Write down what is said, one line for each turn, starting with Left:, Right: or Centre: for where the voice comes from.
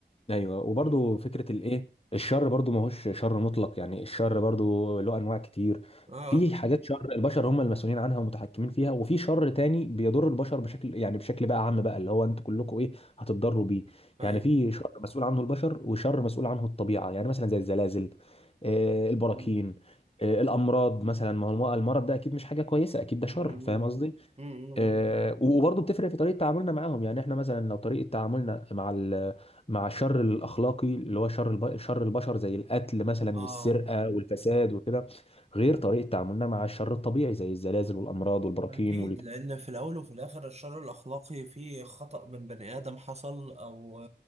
Left: ايوه وبرضو
Right: مم.
Left: فكره الايه الشر برضو ما هوش شر مطلق يعني الشر برضو له انواع كتير
Right: اه
Left: في
Right: اه
Left: حاجات شر البشر هم المسؤولين عنها ومتحكمين فيها وفي شر تاني بيضر البشر بشكل يعني بشكل بقى عام بقى اللي هو انتوا كلكم ايه هتتضروا بيه
Right: ايوه
Left: يعني في شر مسؤول عنه البشر وشر مسؤول عنه الطبيعه يعني مثلا زي الزلازل آه البراكين
Right: مم.
Left: آه الامراض مثلا ما هو المرض ده اكيد مش حاجه كويسه اكيد ده شر
Right: مم. مم.
Left: فاهم قصدي
Right: مم. مم.
Left: آه، وبرضه بتفرق في طريقه تعاملنا معاهم يعني احنا مثلا لو طريقه تعاملنا مع ال مع الشر الاخلاقي اللي هو شر الب... شر البشر زي القتل مثلا
Right: اه
Left: والسرقه والفساد وكده غير طريقه تعاملنا مع الشر الطبيعي زي الزلازل والامراض والبراكين
Right: أكيد لأن في الأول وفي الآخر الشر الأخلاقي فيه خطأ من بني آدم حصل أو